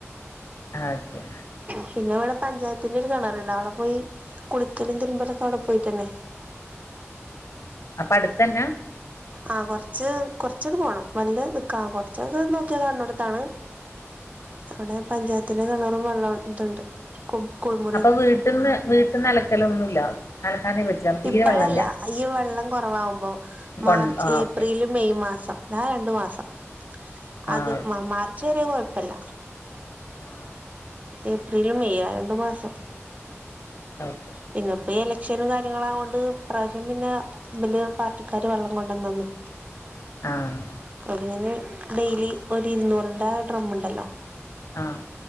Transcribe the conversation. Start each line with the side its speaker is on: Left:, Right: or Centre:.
Left: ഓക്കെ
Right: പിന്നെ ഇവിടെ പഞ്ചായത്തിന്റെ ഒരു കിണറ്ണ്ട് അവിടെ പോയി കുളിക്കലും തിരുമ്പലൊക്കെ അവിടെ പോയിട്ടെന്നെ
Left: അപ്പൊ അടുത്തെന്നാ
Right: ആഹ കൊറച്ച് കൊറച്ചണ്ട് പോണം വല്ല്യ നിക്കാ കൊറച്ചൊക്കെ നോക്കിയാ കാണ് ണോടുത്താണ് അവിടെ പഞ്ചായത്തിന്റെ കെണറും വെള്ളം ഇതുണ്ട് <unintelligible>
Left: അപ്പൊ വീട്ട്ന്ന് വീട്ട്ന്ന് അലക്കലൊന്നും ഇല്ല അലക്കാനേ പറ്റില്ല തീരെ
Right: ഇപ്പഴല്ല
Left: വെള്ളമില്ല
Right: അത്‌ ഈ വെള്ളം കുറവാവുമ്പോ
Left: കൊ
Right: മാർച്ച്
Left: ആ
Right: ഏപ്രില്
Left: ഓക്കെ
Right: മെയ് മാസം ആ രണ്ട് മാസം
Left: ആ
Right: അത്
Left: ഓക്കെ
Right: മാർച്ച് ച്ച് വരെ കുഴപ്പല്ല
Left: ആഹ
Right: ഏപ്രില് മെയ് ആ രണ്ടു മാസം
Left: ഓക്കെ
Right: പിന്നെ ഇപ്പൊ എലക്ഷനും കാര്യങ്ങളായോണ്ട് ഈപ്രാവശ്യം പിന്നെ ഇബല് പാർട്ടിക്കാര് വെള്ളം കൊണ്ടന്നന്നു <unintelligible>
Left: ആഹ്
Right: അപ്പൊ അതിങ്ങനെ ഡെയിലി ഒര് ഇരുന്നൂറിന്റെ ഡ്രമ്മ്ണ്ടല്ലോ
Left: ആഹ്